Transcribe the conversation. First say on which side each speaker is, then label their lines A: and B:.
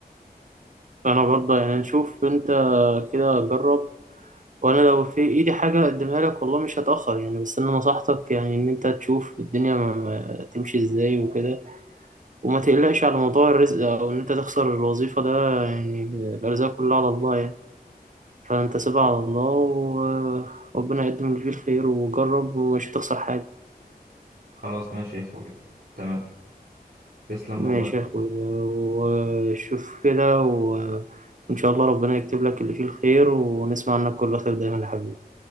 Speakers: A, on the right; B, on the right.
A: أنا برضه يعني نشوف أنت كده جرب وأنا لو في إيدي حاجة أقدمها لك والله مش هتأخر يعني بس أنا نصحتك يعني إن أنت تشوف الدنيا ما ما تمشي إزاي وكده وما تقلقش على موضوع الرزق أو إن أنت تخسر الوظيفة ده يعني الأرزاق كلها على الله يعني فأنت سيبها على الله وربنا يقدم اللي فيه الخير وجرب ومش هتخسر حاجة.
B: خلاص ماشي يا اخويا تمام تسلم
A: ماشي
B: والله
A: يا أخويا وشوف كده و- وإن شاء الله ربنا يكتب لك اللي فيه الخير ونسمع عنك كل خير دايما يا حبيبي